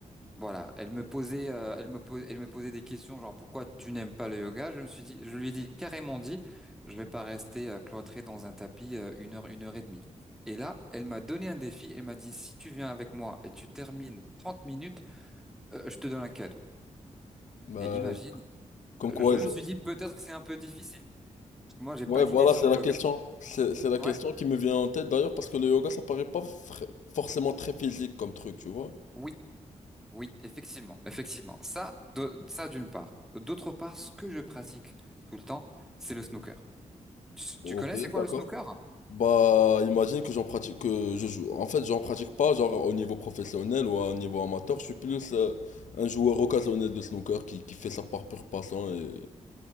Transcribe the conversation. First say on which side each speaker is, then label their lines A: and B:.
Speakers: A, in the centre; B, on the left (about 80°).
A: Voilà, elle me posait, euh, elle me posait, elle me posait des questions genre pourquoi tu n'aimes pas le yoga? Je me suis dit, je lui ai dit carrément dit, je vais pas rester euh, cloîtré dans un tapis euh, une heure, une heure et demie. Et là, elle m'a donné un défi. Elle m'a dit si tu viens avec moi et tu termines 30 minutes, euh, je te donne un cadeau.
B: euh,
A: Et imagine,
B: comme
A: euh,
B: quoi,
A: je me
B: je-
A: suis dit peut-être que c'est un peu difficile. Parce que moi, j'ai pas
B: ouais,
A: d'idée
B: voilà,
A: sur
B: c'est
A: le
B: la
A: yoga.
B: question. C'est c'est la
A: Ouais,
B: question qui me vient en tête d'ailleurs parce que le yoga ça paraît pas fr- forcément très physique comme truc, tu vois.
A: oui, oui, effectivement, effectivement. Ça, de- ça d'une part. D'autre part, ce que je pratique tout le temps, c'est le snooker. Tu, tu
B: Ok,
A: connais c'est quoi
B: d'accord.
A: le snooker?
B: Bah, imagine que j'en pratique, que je joue. En fait, j'en pratique pas, genre au niveau professionnel ou à un niveau amateur. Je suis plus euh, un joueur occasionnel de snooker qui, qui fait ça par pur passion et,